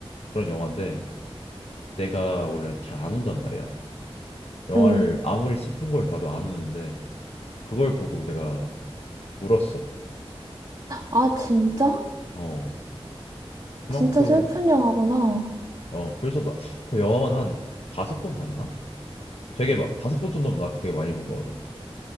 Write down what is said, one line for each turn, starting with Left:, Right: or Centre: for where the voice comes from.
Left: 그런 영화인데 내가 원래 잘 안 운단 말이야. 영화를
Right: 음.
Left: 아무리 슬픈 걸 봐도 안 우는데 그걸 보고 내가 울었어.
Right: 아, 진짜?
Left: 어, 그만큼
Right: 진짜 슬픈 영화구나.
Left: 어 그래서 나, 그 영화만 한 다섯 번 봤나? 되게 마, 다섯 번 정도면 나한테 되게 많이 본 거거든.